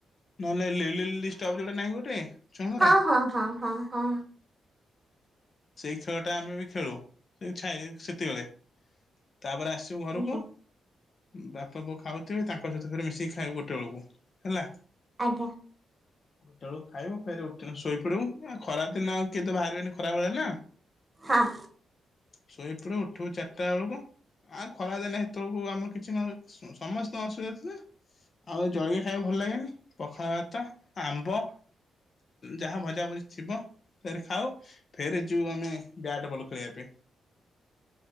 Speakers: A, on the left; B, on the right.
A: ନହେଲେ ଲିଲିଲି ଲିଷ୍ଟ ଯୋଡ଼େ ନାହିଁ ଗୋଟେ। ଛୁଆଙ୍କର
B: ହଁ, ହଁ, ହଁ, ହଁ, ହଁ।
A: ସେଇ ଖେଳ ଟା ଆମେ ବି ଖେଳୁ, ସେ ଛାଇ ସେତିକିବେଳେ। ତାପରେ ଆସିବୁ ଘରକୁ।
B: ଆଜ୍ଞା
A: ବାପା-ବୋଉ ଖାଉଥିବେ, ତାଙ୍କ ସହିତ ଘରେ ମିଶିକି ଖାଇବୁ। ଗୋଟେ ବେଳକୁ ହେଲା।
B: ଆଜ୍ଞା।
A: <inaudible> ଗୋଟେ ବେଳକୁ ଖାଇବୁ ଫେରେ ଉଠି ଶୋଇପଡିବୁ। ଆ ଖରାଦିନ, କିଏ ତ ବାହାରିବେନି ଖରାବେଳେ ନା।
B: ହାଁ।
A: ଶୋଇଥିଲୁ ଉଠିବୁ ଚାରିଟା ବେଳକୁ। ଆ ଖରାଦିନେ ହେତେଳକୁ ଆମର କିଛି ନ ସମସ୍ତଙ୍କ ଅସୁବିଧା ଥିଲେ। ଆଉ ଜଳିଖିଆ ଖାଇବାକୁ ଭଲ ଲାଗେନି। ପଖାଳ ଭାତ, ଆମ୍ବ। ଯାହା ଭଜାଭଜି ଥିବ, ତାପରେ ଖାଉ। ଫେର୍ ଯୋଉ ଆମେ ବ୍ୟାଟ ବଲ ଖେଳିବା ପାଇଁ।